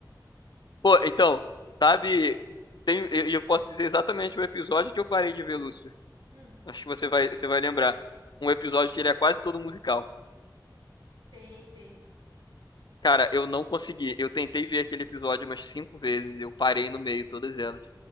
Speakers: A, on the left; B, on the right.
A: Pô, então, sabe, tem, eu, eu posso dizer exatamente o episódio que eu parei de ver Lúcifer.
B: Hum,
A: Acho que você vai, você vai lembrar. Um episódio que ele é quase todo musical.
B: sei, sei.
A: Cara, eu não consegui. Eu tentei ver aquele episódio umas cinco vezes. Eu parei no meio, todas elas.